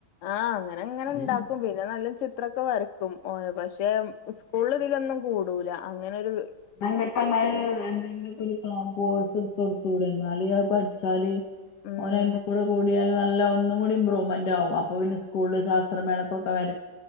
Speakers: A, on the left (about 60°); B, on the left (about 75°).
A: ആഹ് അങ്ങനെ അങ്ങനെ ഉണ്ടാക്കും
B: ഇന്നാ
A: പിന്നെ നല്ല ചിത്രൊക്കെ വരയ്ക്കും ഓൻ പക്ഷെ സ്കൂൾ സ്ക്കൂൾ ഇതിലൊന്നും കൂടൂല അങ്ങനെരു
B: അങ്ങനെത്തെ എന്തെങ്കിലൊക്കെ കോഴ്സ് എടുത്ത് കൊടുത്തൂടെ ന്നാല് അത്‌ പഠിച്ചാല്
A: ഉം
B: ഓന് അയ്മ്മക്കൂടെ കൂടിയാല് നല്ല ഒന്നും കൂടി ഇമ്പ്രൂവ്മെന്റ് ആകും അപ്പൊ പിന്നെ സ്കൂള് <unintelligible> ശാസ്ത്ര മേള ക്കൊക്കെ വരയ്